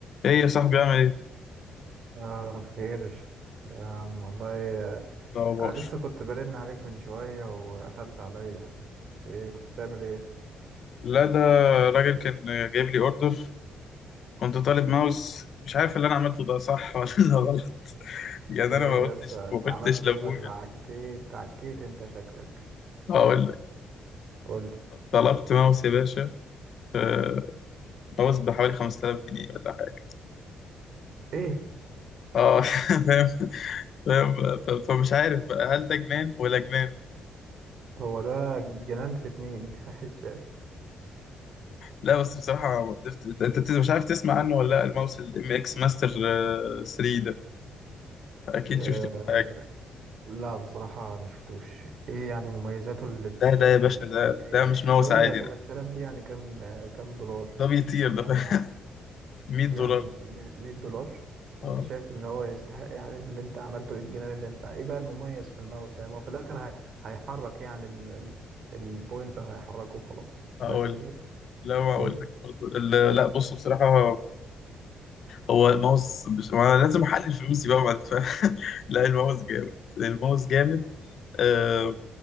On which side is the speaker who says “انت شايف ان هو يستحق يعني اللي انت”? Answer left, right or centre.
Right